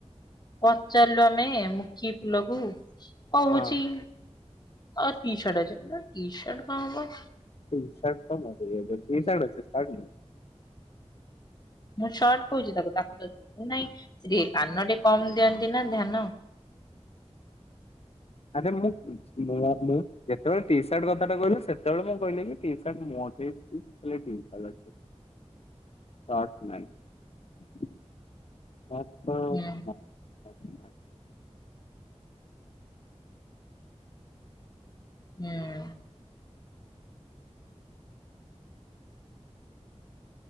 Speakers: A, on the left (about 35°); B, on the left (about 60°).
A: ପଚାରିଲୁ ଆମେ ମୁକି ଫୁଲ କୁ କହୁଚି।
B: ହଁ
A: ଅ ଟି ଶାର୍ଟ ଅଛିି ନା ଟି ଶାର୍ଟ କଣ ହବ?
B: ଟି ସାର୍ଟ ତ ମୋ ପାଖେ ହବ ଟି ସାର୍ଟ ଅଛି ସାର୍ଟ ନାହିଁ।
A: ମୁଁ ସର୍ଟ କହୁଛି ତାକୁ ତାକୁ ତ ସୁବୁ ନାଇଁ ସେ ଟିକେ କାନ ଟିକେ କମ ଦିଅନ୍ତି ନା ଧ୍ୟାନ।
B: ଆରେ ମୁଁଁ ମୋ ମୁଁ ଯେତେବେଳେ ଟି ସାର୍ଟ କଥାଟା କହିଲ ସେତେବେଳେ ମୁଁ କହିଲି କି ଟି ସାର୍ଟ ମୋ ଠେଇଁ ହେଲେ ଟିମ୍ପଲ ଅଛି।
A: <inaudible>
B: ସାର୍ଟ ନାହିଁ। ମାତ୍ର
A: ହୁଁ
B: ମା ମା <inaudible>
A: ହୁଁ।